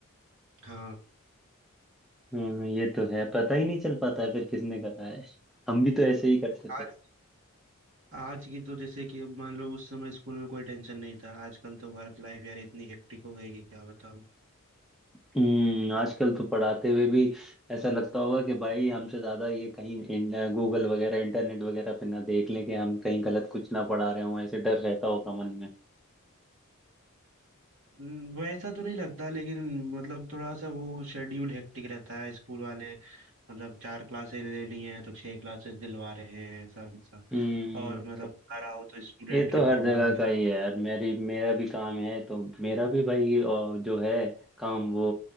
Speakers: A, on the right; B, in the centre.
A: हाँ
B: हम्म ये तो है पता ही नहीं चल पाता है फिर किसने करा है हम भी तो ऐसे ही करते
A: आज
B: थे
A: आज की तो जैसे कि मान लो उस समय स्कूल में कोई टेंशन नहीं था आजकल तो वर्क लाइफ यार इतनी हेक्टिक हो गई कि क्या बताऊं
B: हम्म आजकल तो पढ़ाते हुए भी ऐसा लगता होगा कि भाई हमसे ज्यादा ये कहीं इन, गूगल वगैरह इंटरनेट वगैरह पे ना देख लें कि हम कहीं गलत कुछ ना पढ़ा रहे हों ऐसे डर रहता होगा मन में
A: हम्म, वैसा तो नहीं लगता लेकिन मतलब थोड़ा सा वो शेड्यूल हेक्टिक रहता है स्कूल वाले मतलब चार क्लासेस ले ली हैं तो छह क्लासेस दिलवा रहे हैं ऐसा ऐसा
B: हम्म
A: और मतलब घर आओ तो स्टूडेंट
B: ये तो
A: रिपोर्ट
B: हर जगह
A: बना के
B: का ही है यार मेरी मेरा भी काम है तो मेरा भी भाई ये और जो है काम वो